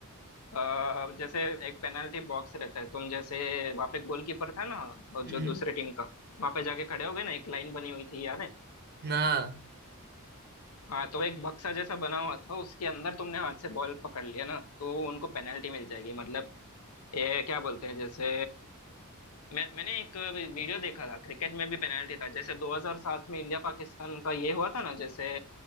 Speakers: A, on the left (about 80°); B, on the right (about 45°).
A: अ, जैसे एक पेनल्टी बॉक्स रहता है तुम जैसे वहाँ पे गोलकीपर था ना और
B: हम्म
A: जो दूसरे
B: हम्म।
A: टीम का वहाँ पे जाके खड़े हो गए ना एक लाइन बनी हुई थी याद है
B: हाँ
A: हाँ तो एक बक्सा जैसा बना हुआ था उसके अंदर तुमने हाथ से बॉल पकड़ लिया ना तो उनको पेनल्टी मिल जाएगी मतलब ये क्या बोलते हैं जैसे मैं मैंने एक वीडियो देखा था क्रिकेट में भी पेनाल्टी था जैसे 2007 में इंडिया पाकिस्तान का ये हुआ था ना जैसे